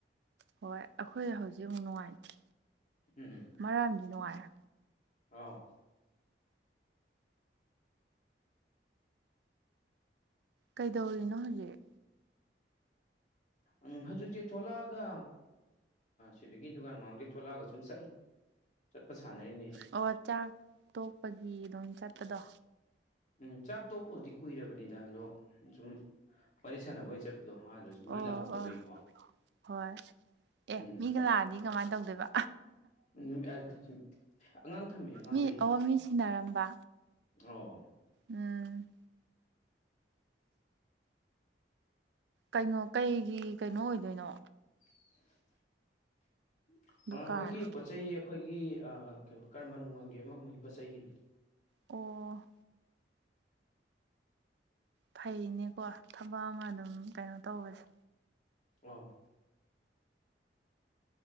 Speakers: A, on the right; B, on the left.
A: ꯍꯣꯏ ꯑꯩꯈꯣꯏ ꯍꯧꯖꯤꯛ ꯑꯃꯨꯛ ꯅꯨꯡꯉꯥꯏꯇ꯭ꯦ
B: ꯎꯝ ꯎꯝ
A: ꯃꯔꯝꯗꯤ ꯅꯨꯡꯉꯥꯏꯔꯦ
B: ꯑꯥꯎ
A: ꯀꯩꯗꯧꯔꯤꯅꯣ ꯍꯧꯖꯤꯛ
B: ꯎꯝ ꯍꯧꯖꯤꯛꯇꯤ ꯊꯣꯛꯂꯛꯑꯒ ꯁꯤꯗꯒꯤ ꯗꯨꯀꯥꯟ ꯃꯥꯡ ꯊꯣꯛꯂꯛꯑꯒ ꯁꯨꯝ ꯆꯠꯂꯤ ꯆꯠꯄ ꯁꯥꯟꯅꯔꯤꯉꯩꯁꯦ
A: ꯑꯣ ꯆ ꯇꯣꯄꯒꯤ ꯑꯗꯨꯝ ꯆꯠꯄꯗꯣ
B: ꯎꯝ ꯆꯥꯛ ꯇꯣꯛꯄꯕꯨꯥꯎꯗꯤ ꯀꯨꯏꯔꯕꯅꯤꯗ ꯑꯗꯣ ꯁꯨꯝ ꯋꯥꯔꯤ ꯁꯥꯟꯅꯕ ꯑꯣꯏꯅ ꯆꯠꯄꯗꯣ ꯑ ꯑꯗꯨꯁꯨ ꯃꯤ
A: ꯑꯣ
B: ꯂꯥꯛꯍꯧꯗꯕꯒꯤꯀꯣ
A: ꯑꯣ ꯍꯣꯏ ꯑꯦ
B: ꯎꯝ
A: ꯃꯤꯒ ꯂꯥꯛꯑꯗꯤ ꯀꯃꯥꯏꯅ ꯇꯧꯗꯣꯏꯕ
B: ꯎꯝꯆ ꯑꯉꯥꯡ ꯊꯝꯃꯦ ꯑꯉꯥꯡ
A: ꯃꯤ
B: ꯂꯩꯌꯦ
A: ꯑꯣ ꯃꯤ ꯁꯤꯟꯅꯔꯝꯕ
B: ꯑꯣ
A: ꯎꯝ ꯀꯩꯅꯣ ꯀꯩꯒꯤ ꯀꯩꯅꯣ ꯑꯣꯏꯗꯣꯏꯅꯣ
B: <inaudible>
A: ꯗꯨꯀꯥꯟ
B: ꯑꯩꯈꯣꯏꯒꯤ ꯄꯣꯠ ꯆꯩꯩ ꯑꯩꯈꯣꯏꯒꯤ ꯀ ꯀꯔꯝꯕ ꯅꯨꯡꯃꯜꯒꯤ ꯑꯃ ꯑꯃꯒꯤ ꯄꯣꯠ ꯆꯩꯒꯤꯅꯤ
A: ꯑꯣ ꯐꯩꯅꯦꯀꯣ ꯊꯕꯛ ꯑꯃ ꯑꯗꯨꯝ ꯀꯩꯅꯣ ꯇꯧꯕꯁꯦ
B: ꯑ